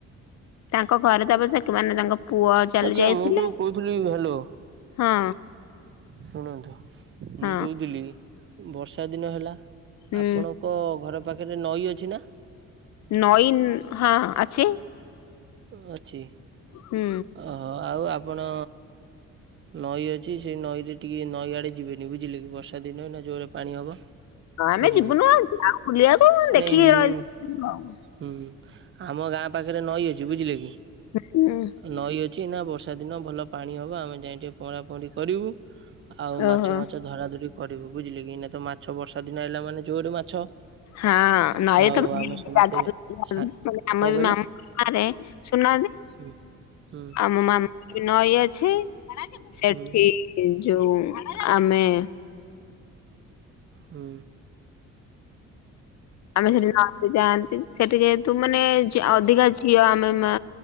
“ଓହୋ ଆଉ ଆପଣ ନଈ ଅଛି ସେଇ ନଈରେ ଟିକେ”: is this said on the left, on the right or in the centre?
Right